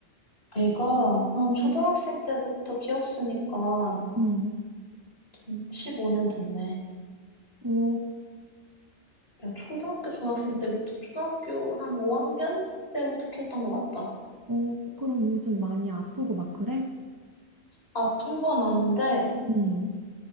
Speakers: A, on the left; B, on the right.
A: 애가 한 초등학생 때부터 키웠으니까
B: 응.
A: 지금 15년 됐네.
B: 오,
A: 내가 초등학교 중학생 때부터 초등학교 한 5학년 때부터 키웠던 것 같다.
B: 오, 그럼 요즘 많이 아프고 막 그래?
A: 아픈 건 아닌데
B: 응,